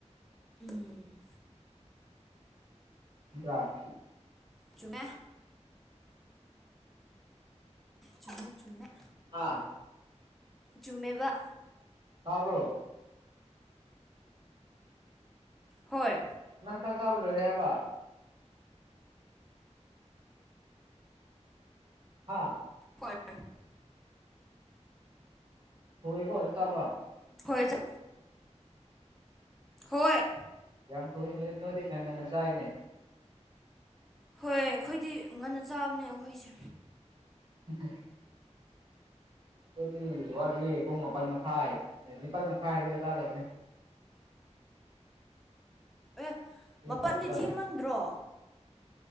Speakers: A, in the centre; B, on the right (about 45°).
A: ꯎꯝ
B: ꯎ꯭ꯔꯥ
A: ꯆꯨꯝꯃꯦ ꯆꯨꯝꯃꯦ ꯆꯨꯝꯃꯦ
B: ꯑꯥ
A: ꯆꯨꯝꯃꯦꯕ
B: ꯇꯥꯕꯔꯣ
A: ꯍꯣꯏ
B: ꯅꯪ ꯆꯥꯛ ꯆꯥꯕ ꯂꯣꯏꯔꯦ ꯍꯥꯏꯕ ꯍꯥ
A: ꯍꯣꯏ ꯍꯣꯏ꯫
B: ꯍꯣꯏꯕꯣ ꯑꯗꯨ ꯇꯥꯕ
A: ꯍꯣꯏ ꯆ ꯍꯣꯏ
B: ꯌꯥꯝ ꯊꯨꯏ ꯅꯣꯏ ꯅꯣꯏꯗꯤ ꯉꯪ ꯉꯟꯅ ꯆꯥꯏꯅꯦ
A: ꯍꯣꯏ ꯑꯩꯈꯣꯏꯗꯤ ꯉꯟꯅ ꯆꯥꯕꯅꯦ ꯑꯩꯈꯣꯏꯁꯦ
B: ꯎꯝ ꯑꯗꯨꯗꯤ ꯋꯥꯠꯂꯤ ꯄꯨꯡ ꯃꯥꯄꯜ ꯃꯈꯥꯏ ꯂꯄꯥꯜ ꯃꯈꯥꯏ ꯆꯥꯗꯧꯅꯦ
A: ꯑꯦ
B: ꯑꯗꯨ
A: ꯃꯄꯜꯗꯤ
B: ꯃꯇꯝꯗ ꯆꯥꯗꯣꯏꯅꯦ
A: ꯊꯦꯡꯃꯟꯗ꯭ꯔꯣ